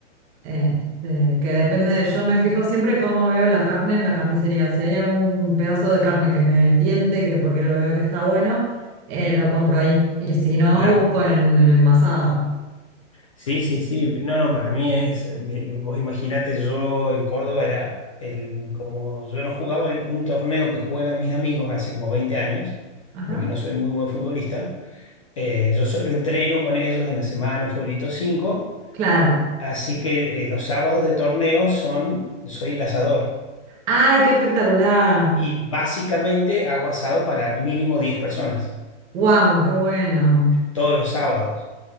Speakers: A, on the right; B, on the left.
A: Este, que depende de, yo me fijo siempre cómo veo la carne en la carnicería. Si hay algún pedazo de carne que me tiente, que porque lo veo que está bueno, eh, lo compro ahí. Y si no,
B: claro.
A: busco en el envasado.
B: Sí, sí, sí. No, no, para mí es, mi- vos imaginate, yo en Córdoba era, el, como yo no jugaba el- un torneo que juegan mis amigos hace como 20 años,
A: Ajá,
B: porque no soy muy buen futbolista, eh, yo solo entreno con ellos en la semana, un futbolito 5
A: claro.
B: así que eh, los sábados de torneo son, soy el asador.
A: ¡Ay, qué espectacular!
B: Y básicamente hago asado para mínimo 10 personas,
A: ¡Wow, qué bueno!
B: todos los sábados.